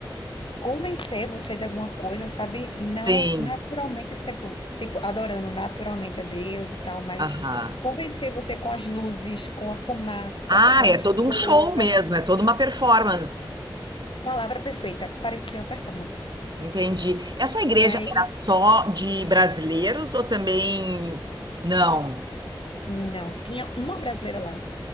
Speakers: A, on the left (about 85°); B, on the right (about 55°).
A: convencer você de alguma coisa, sabe? Não
B: Sim.
A: naturalmente, tipo, tipo, adorando naturalmente a Deus e tal, mas
B: Aham.
A: convencer você com as luzes, com a fumaça,
B: Ah,
A: com
B: é
A: o show,
B: todo um show
A: sabe?
B: mesmo, é toda uma performance.
A: Palavra perfeita, parecia uma performance.
B: Entendi. Essa igreja
A: E aí,
B: era só de brasileiros ou também. Não.
A: não, tinha uma brasileira lá,